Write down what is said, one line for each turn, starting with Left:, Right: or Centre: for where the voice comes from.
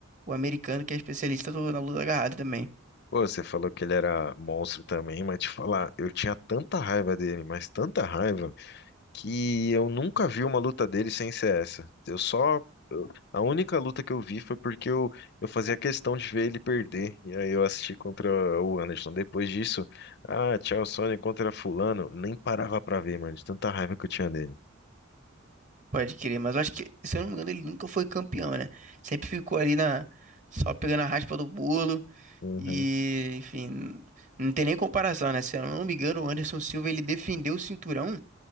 Right: o americano, que é especialista do- na luta agarrada também.
Left: Pô, você falou que ele era monstro também, mas te falar, eu tinha tanta raiva dele, mas tanta raiva, que eu nunca vi uma luta dele sem ser essa. Eu só. eu- a única luta que eu vi foi porque eu, eu fazia questão de ver ele perder. E aí eu assisti contra o Anderson. Depois disso, ah, tchau, Sony contra Fulano. Nem parava pra ver, mano, de tanta raiva que eu tinha dele.
Right: Pode querer, mas eu acho que, se eu não me engano, ele nunca foi campeão, né? Sempre ficou ali na só pegando a raspa do bolo
Left: Uhum.
Right: e, enfim, não tem nem comparação, né? Se eu não me engano, o Anderson Silva ele defendeu o cinturão